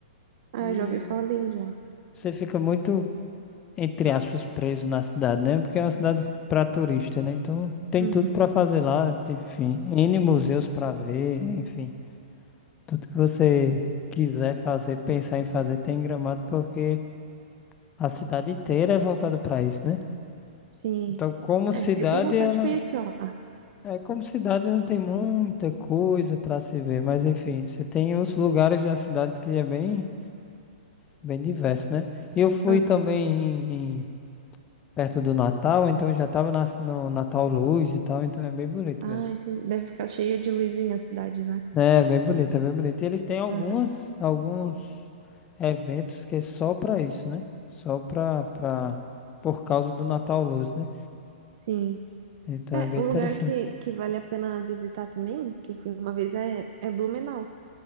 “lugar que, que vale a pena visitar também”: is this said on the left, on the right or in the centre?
Right